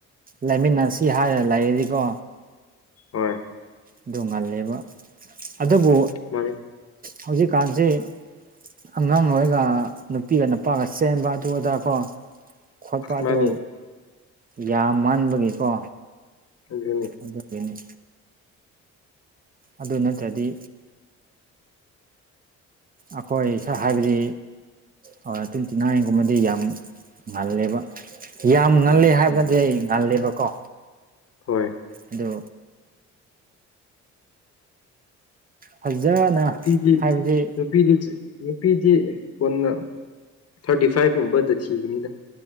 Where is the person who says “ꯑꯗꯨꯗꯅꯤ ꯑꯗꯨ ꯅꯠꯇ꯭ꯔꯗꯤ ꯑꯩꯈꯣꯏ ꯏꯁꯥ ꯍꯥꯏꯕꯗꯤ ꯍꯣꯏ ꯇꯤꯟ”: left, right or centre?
Right